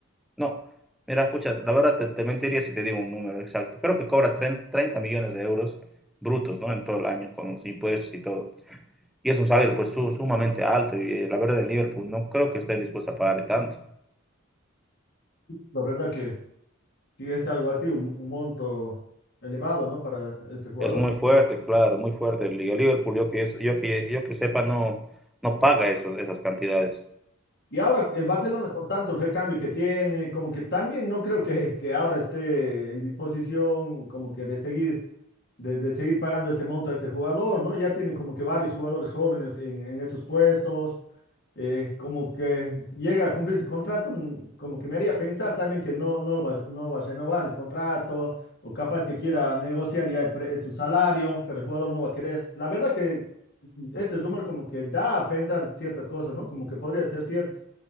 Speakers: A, in the centre; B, on the left (about 50°).
A: no, mira, escucha, la verdad te, te mentiría si te digo un número exacto. Creo que cobra 30 30 millones de euros brutos, ¿no? En todo el año, con los impuestos y todo. Y es un salario pues su- sumamente alto y eh, la verdad el Liverpool no creo que esté dispuesto a pagarle tanto.
B: La verdad que sí es algo así, un, un monto elevado, ¿no? Para este jugador.
A: Es muy fuerte, claro, muy fuerte. El Liga Liverpool, yo que, yo que, yo que sepa, no, no paga eso- esas cantidades.
B: Y ahora el Barcelona con tantos recambios que tiene, como que también no creo que, que ahora esté en disposición como que de seguir de, de seguir pagando este monto a este jugador, ¿no? Ya tiene como que varios jugadores jóvenes en, en esos puestos, eh, como que llega a cumplir su contrato, mm, como que me haría pensar también que no, no, lo va, no va a renovar el contrato, o capaz que quiera negociar ya el pre- su salario, pero el jugador no va a querer. La verdad que mm, este rumor como que da a pensar ciertas cosas, ¿no? Como que podría ser cierto